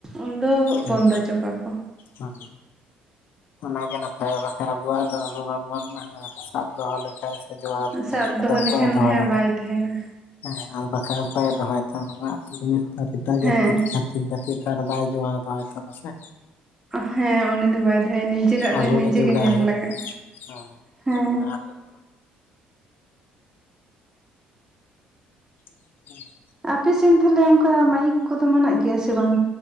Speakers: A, on the right; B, on the left.
A: ᱩᱱᱫᱚ ᱵᱚᱱᱫᱚ
B: ᱦᱮᱸ
A: ᱦᱚᱪᱚ ᱠᱟᱜᱼᱟ ᱠᱚ
B: ᱦᱮᱸ ᱚᱱᱟ ᱜᱮ ᱱᱟᱯᱟᱭᱚᱜ-ᱟ ᱵᱟᱠᱷᱟᱡ ᱟᱵᱚᱣᱟᱜ ᱫᱚ ᱟᱵᱚ ᱵᱟᱝ ᱵᱚᱱ ᱥᱟᱵ ᱫᱚᱦᱚᱸ ᱞᱮᱠᱟᱡ <unintelligible>
A: ᱥᱟᱵ ᱫᱚᱦᱚ
B: ᱫᱚ ᱚᱠᱚᱭᱮ
A: ᱞᱮᱠᱷᱟᱱ
B: ᱫᱚᱦᱚᱭᱟ
A: ᱦᱮᱸ ᱵᱟᱭ ᱛᱟᱦᱮᱱᱟ
B: ᱦᱮᱸ ᱟᱨ ᱵᱟᱠᱷᱟᱡ ᱚᱠᱚᱭᱮ ᱫᱚᱦᱚᱭ ᱱᱮᱛᱟᱨᱟᱜ ᱡᱤᱱᱤᱥ ᱮᱴᱟᱜ
A: ᱦᱮᱸ
B: ᱡᱟᱹᱛᱤ ᱪᱷᱟᱛᱤᱠ ᱡᱟᱹᱛᱤ ᱛᱚ ᱟᱨ ᱵᱟᱭ ᱡᱳᱣᱟᱣ ᱫᱚᱦᱚᱭ ᱛᱟᱢᱟ ᱥᱮ
A: ᱦᱮᱸ ᱩᱱᱤ ᱫᱚ ᱵᱟᱭ ᱫᱚ ᱦᱚᱭᱟ ᱱᱤᱡᱮᱨᱟᱜ ᱫᱚ
B: ᱟᱵᱚᱜᱮ
A: ᱱᱤᱡᱮ
B: ᱡᱚᱜᱟᱣ
A: ᱜᱮ ᱧᱮᱞ
B: ᱦᱩᱭᱩᱜ
A: ᱞᱟᱜᱟᱜᱼᱟ
B: ᱦᱮᱸ <unintelligible>
A: ᱦᱮᱸ
B: <inaudible>
A: ᱟᱯᱮ ᱥᱮᱫ ᱛᱟᱦᱚᱞᱮ ᱚᱱᱠᱟ ᱢᱟᱭᱤᱠ ᱠᱚᱫᱚ ᱢᱮᱱᱟᱜ ᱜᱮᱭᱟ ᱥᱮ ᱵᱟᱝ